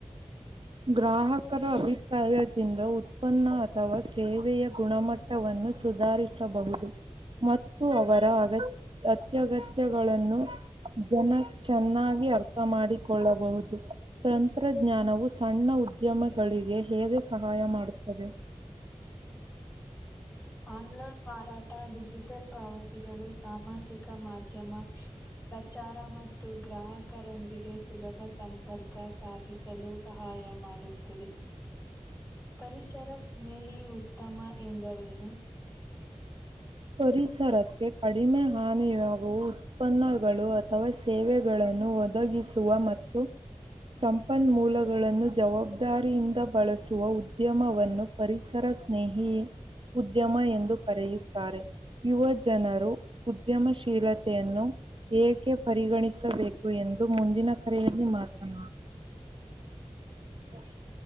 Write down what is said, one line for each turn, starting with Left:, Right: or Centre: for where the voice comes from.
Right: ಗ್ರಾಹಕರ ಅಭಿಪ್ರಾಯದಿಂದ ಉತ್ಪನ್ನ ಅಥವಾ ಸೇವೆಯ ಗುಣಮಟ್ಟ್ ವನ್ನು ಸುಧಾರಿಸಬಹುದು ಮತ್ತು ಅವರ ಅಗತ್ಯ್ ಅತ್ಯಗತ್ಯಗಳನ್ನು ಜನ ಚೆನ್ನಾಗಿ ಅರ್ಥ ಮಾಡಿಕೊಳ್ಳಬಹುದು ತಂತ್ರಜ್ಞಾನವು ಸಣ್ಣ ಉದ್ಯಮಗಳಿಗೆ ಹೇಗೆ ಸಹಾಯ ಮಾಡುತ್ತದೆ.
Left: ಒನ್ ಲೈನ್ ಮಾರಾಟ ಡಿಜಿಟಲ್ ಪಾವತಿಗಳು ಸಾಮಾಜಿಕ ಮಾಧ್ಯಮ <inaudible> ಪ್ರಚಾರ ಮತ್ತು ಗ್ರಾಹಕರೊಂದಿಗೆ ಸುಲಭ ಸಂಪರ್ಕ ಸಾ <inaudible> ದ್ಯಸಲು ಸಹಾಯ ಮಾಡುತ್ತದೆ. <inaudible> ಪರಿಸರ ಸ್ನೇಹಿ ಉತ್ತಮ ಎಂದರೇನು? <inaudible>
Right: ಪರಿಸರಕ್ಕೆ ಕಡಿಮೆ ಹಾನಿಯಾಗುವು <inaudible> ಉತ್ಪನ್ನಗಳು ಅಥವಾ ಸೇವೆಗಳನ್ನು ಒದಗಿಸುವ ಮತ್ತು ಸಂಪನ್ಮೂಲಗಳನ್ನು ಜವಾಬ್ದಾರಿಯಿಂದ ಬಳಸುವ ಉದ್ಯಮವನ್ನು <inaudible> ಪರಿಸರ ಸ್ನೇಹಿ ಉದ್ಯಮ ಎಂದು ಕರೆಯು <inaudible> ತ್ತಾರೆ ಯುವ ಜನರು ಉದ್ಯಮ ಶೀಲತೆಯನ್ನು ಏಕೆ ಪರಿಗಣಿಸಬೇಕು ಎಂದು ಮುಂದಿನ ಕರೆಯಲ್ಲಿ ಮಾತನಾ <inaudible>